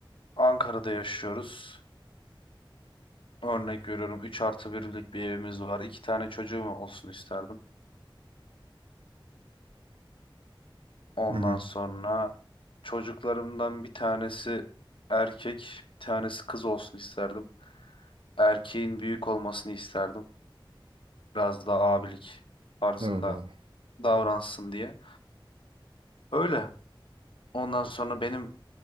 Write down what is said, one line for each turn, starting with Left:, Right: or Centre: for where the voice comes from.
Left: Ankara'da yaşıyoruz. Örnek veriyorum 3 artı birlik bir evimiz var. İki tane çocuğum olsun isterdim. Ondan
Right: Hı hı.
Left: sonra çocuklarımdan bir tanesi erkek, bir tanesi kız olsun isterdim. Erkeğin büyük olmasını isterdim. Biraz daha abilik tarzında
Right: Evet abi.
Left: davransın diye. Öyle. Ondan sonra benim